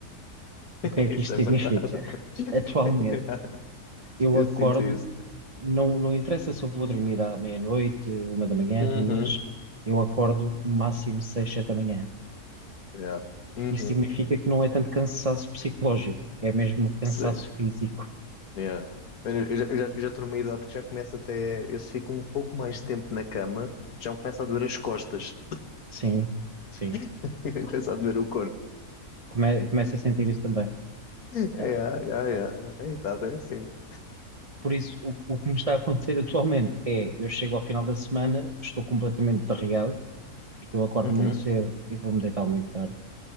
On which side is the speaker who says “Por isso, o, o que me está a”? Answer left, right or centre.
Right